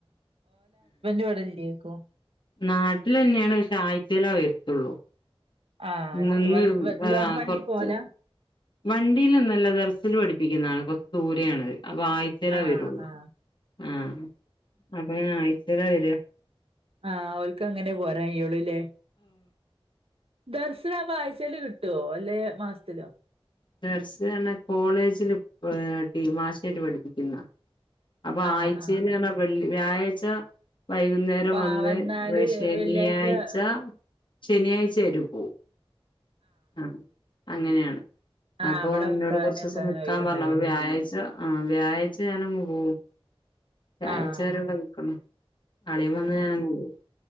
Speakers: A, on the right; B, on the left.
A: ഇവടില്ലേക്കും
B: നാട്ടിലെന്നെയാണ് പശെ ആഴ്ച്ചേല വരത്തുള്ളൂ.
A: ആഹ്
B: നിന്ന്
A: ശ വൽ
B: വ
A: ലോങ് വണ്ടി
B: കൊർച്ച്
A: പോവലാ
B: വണ്ടീലൊന്നല്ല ദെർസിൽ പഠിപ്പിക്കുന്നാണ്. കൊറ്ച്ച് ദൂരേണ് അപ്പൊ ആഴ് ലാ
A: ആഹ്
B: വരുള്ളൂ
A: ആഹ്
B: ആഹ് അപ്പക്കങ്ങനെ ആഴ്ചയില വര?
A: ആഹ് ഓല്ക്കങ്ങനെ പോരാ കയ്യൊള്ളു ല്ലെ. <unintelligible> ആവുമ്പോ ആഴ്ച്ചേല് കിട്ടോ അല്ലെ മാസത്തിലോ?
B: ദർസിലാർഞ്ഞ കോളേജില് ഏ ടീ <unintelligible> പഠിപ്പിക്കുന്ന അപ്പ
A: ആഹ്
B: ആഴ്ചയിലാണോ
A: ആഹ്
B: വെള് വ്യാഴാഴ്ച വൈകുന്നേരം
A: ആഹ്
B: വന്ന്
A: വന്നാല്
B: വെ ശനിയാഴ്ച
A: വെള്ളിയാഴ്ച
B: ശനിയാഴ്ച അവര് പോവും. ആഹ് അങ്ങനെയാണ്.
A: ആഹ്
B: അപ്പോ
A: ഇബടെ
B: എന്നോട്
A: ഉസ്താദിനൊക്കെ
B: കൊറച്ചൂസം
A: അങ്ങനെ
B: നിക്കാൻ
A: ഒഴിവുണ്ടാവേണ്ട്
B: പറഞ്ഞ് അപ്പ വ്യാഴാഴ്ച ആഹ് വ്യാഴയ്ച ഞാനങ്ങ് പോവും. വ്യാഴായ്ച
A: ആഹ്
B: വരെ ഇവ്ടെ നിക്ക്ണം അളിയൻ വന്നാ
A: ആഹ് ആഹ്
B: ഞാനങ്ങ് പോവും,